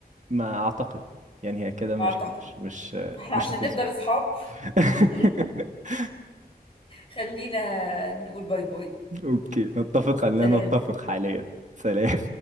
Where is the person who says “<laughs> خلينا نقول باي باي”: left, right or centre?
Left